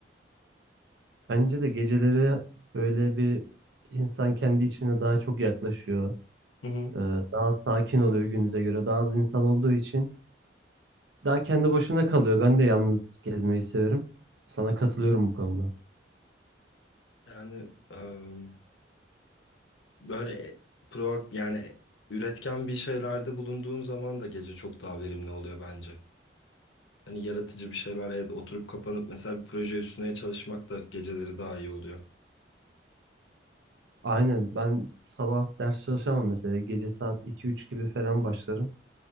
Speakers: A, on the right (about 70°); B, on the left (about 85°).
A: Bence de geceleri böyle bir insan kendi içine daha çok yaklaşıyor.
B: Hı hı.
A: Ee, Daha sakin oluyor günümüze göre. Daha az insan olduğu için daha kendi başına kalıyor. Ben de yalnız gezmeyi severim. Sana katılıyorum bu konuda.
B: Yani em, böyle e- pro yani üretken bir şeylerde bulunduğun zaman da gece çok daha verimli oluyor bence. Hani yaratıcı bir şeyler evet, oturup kapanıp mesela bir proje üstüne çalışmak da geceleri daha iyi oluyor.
A: Aynen ben sabah ders çalışamam mesela. Gece saat iki üç gibi falan başlarım.